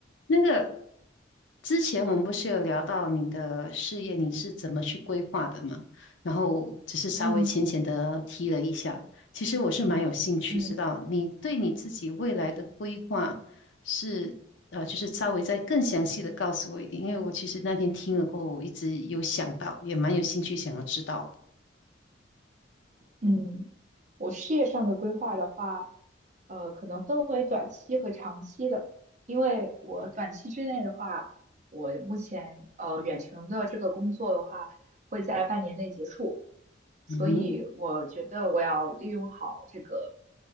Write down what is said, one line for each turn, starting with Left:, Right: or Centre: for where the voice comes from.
Left: 那个之前我们不是有聊到你的事业，你是怎么去规划的吗？然后只是稍微浅浅的提了一下，
Right: 嗯
Left: 其实我是蛮有兴趣知道你对你自己未来的规划是呃，
Right: 嗯
Left: 就是稍微再更详细的告诉我一点，因为我其实那天听了过后，我一直有想到，也蛮有兴趣想要知道的。
Right: 嗯，我事业上的规划的话，呃，可能分为短期和长期的。因为我短期之内的话，我目前呃远程的这个工作的话，会在半年内结束，所以我觉得我要利用好这个
Left: 嗯哼